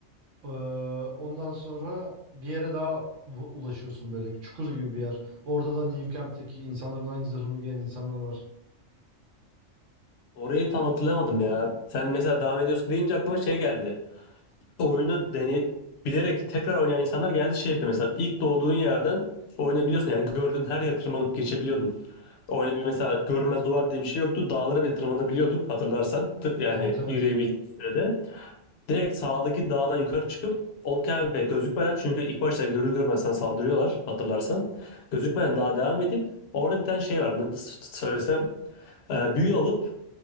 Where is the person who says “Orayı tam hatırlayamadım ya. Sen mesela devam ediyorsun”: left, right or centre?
Left